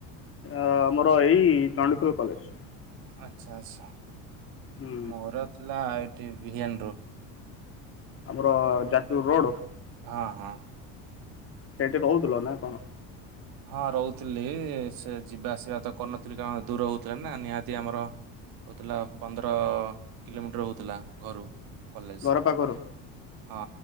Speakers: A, on the left; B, on the right.
A: ଆମର ଏଇ ଚଣ୍ଡିଖୋଲ କଲେଜ୍।
B: ଆଚ୍ଛା ଆଛା
A: ହୁଁ
B: ମୋର ଥିଲା I T, V N D ରୁ।
A: ଆମର ଯାଜପୁର ରୋଡ଼?
B: ହଁ- ହଁ।
A: ସେଇଠି ରହୁଥିଲ ନା କଣ?
B: ହଁ ରହୁଥିଲି। ସେ ଯିବା ଆସିବା ତ କରୁନଥିଲି, କାରଣ ଦୂର ହଉଥିଲା ନା ନିହାତି ଆମର ହଉଥିଲା, ପନ୍ଦର କିଲୋମିଟର ହେଉଥିଲା ଘରୁ। କଲେଜ
A: ଘର ପାଖରୁ
B: ହଁ